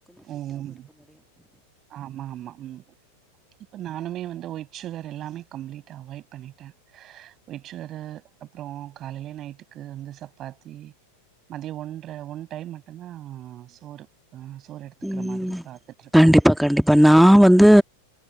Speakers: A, on the right; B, in the centre.
A: ம் ம் ஆமா ஆமா உ இப்ப நான நானுமே வந்து ஒயிட் சுகர் எல்லாமே கம்ப்ளீட்டா அவாய்ட் பண்ணிட்டேன் ஒயிட் சுகரு அப்பறம் காலையிலே நைட்டுக்கு வந்து சப்பாத்தி மதியம் ஒன்ற ஒன் டைம் மட்டும்தான் சோறு சோறு எடுத்துக்குற
B: ம்
A: மாரி பாத்துட்டுருக்கேன்
B: கண்டிப்பா கண்டிப்பா வந்து